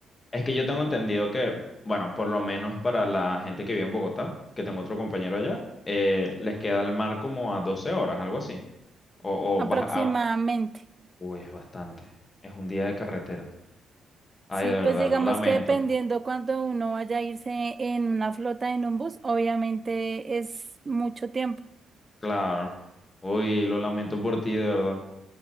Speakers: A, on the left (about 35°); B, on the right (about 35°).
A: Es que yo tengo entendido que, bueno, por lo menos para la gente que vive en Bogotá, que tengo otro compañero allá, eh, les queda el mar como a 12 horas, algo así. O,
B: aproximadamente.
A: o vas a... Uy, es bastante. Es un día de carretera. Ay,
B: Sí,
A: de verdad,
B: pues digamos
A: lo lamento.
B: que dependiendo cuando uno vaya a irse en una flota, en un bus, obviamente es mucho tiempo.
A: Claro. Uy, lo lamento por ti, de verdad.